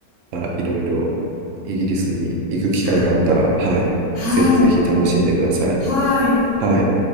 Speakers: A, on the right (about 65°); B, on the left (about 50°).
A: あ、いろいろ、イギリスに行く機会があったら、
B: はい。
A: はい。
B: はい。
A: ぜひぜひ楽しんでください。
B: はい。
A: はい。